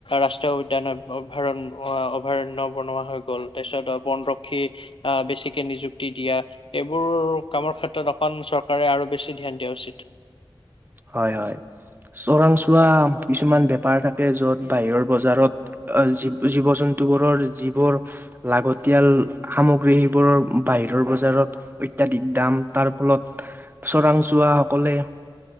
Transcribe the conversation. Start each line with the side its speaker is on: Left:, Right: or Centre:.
Left: ৰাষ্ট্ৰীয় উদ্যানাৰণ অভয়াৰণ্য। অভয়াৰণ্য বনোৱা হৈ গ'ল। তাৰপিছত বনৰক্ষী আহ বেছিকে নিযুক্তি দিয়া। এইবোৰ কামৰ ক্ষেত্ৰত অকণ চৰকাৰে আৰু বেছি ধ্যান দিয়া উচিত।
Right: হয়, হয়। চোৰাংচোৱা কিছুমান বেপাৰ থাকে য'ত বাহিৰৰ বজাৰত জী-জীৱ জন ধোৱৰৰ যিবোৰ লাগতিয়াল সামগ্ৰী সেইবোৰৰ বাহিৰৰ বজাৰত। অত্যাধিক দাম তাৰ ফলত চোৰাংচোৱাসকলে।